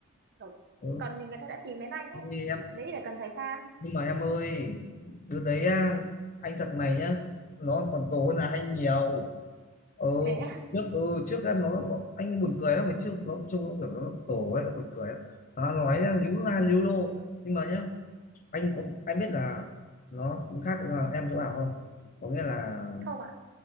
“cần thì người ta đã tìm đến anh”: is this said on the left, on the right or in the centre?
Right